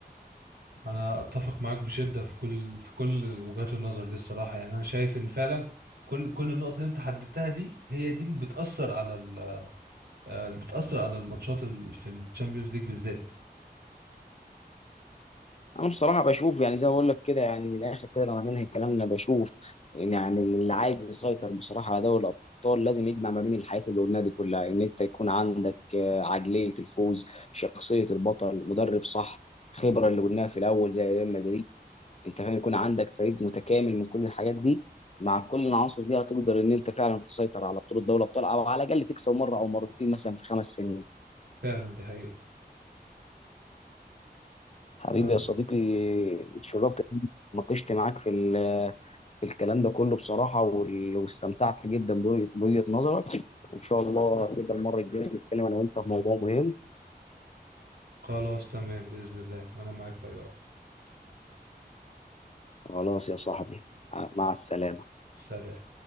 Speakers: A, on the right (about 75°); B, on the left (about 40°).
A: انا اتفق معاك بشدة في كل في كل وجهات النظر دي الصراحة يعني انا شايف ان فعلا كل كل النقط اللي انت حددتها دي هي دي اللي بتأثر على ال... آه، اللي بتأثر على الماتشات ال... في الشامبيونز ليج بالذات
B: انا بصراحه بشوف يعني زي ما بقول لك كده يعني من الاخر كده لو هننهي كلامنا بشوف إن يعني اللي عايز يسيطر بصراحه على دوري الابطال لازم يجمع ما بين الحاجات اللي قلناها دي كلها ان انت يكون عندك آه، عقليه الفوز شخصيه البطل مدرب صح خبره
A: امم
B: اللي قلناها في الاول زي ريال مدريد انت فاهم يكون عندك فريق متكامل من كل الحاجات دي مع كل العناصر دي هتقدر ان انت فعلا تسيطر على بطوله دوري الابطال او على الاقل تكسب مره او مرتين مثلا في خمس سنين
A: فعلا دي حقيقة
B: حبيبي
A: آه
B: يا صديقي اتشرفت إني ناقشت معاك في ال- في الكلام ده كله بصراحة وال- واستمتعت جدا بوجه- بوجهة نظرك وإن شاء الله نبقى المرة الجاية نتكلم أنا وأنت في موضوع مهم
A: خلاص تمام بإذن الله انا معاك في أي وقت
B: خلاص يا صاحبي مع السلامة
A: سلام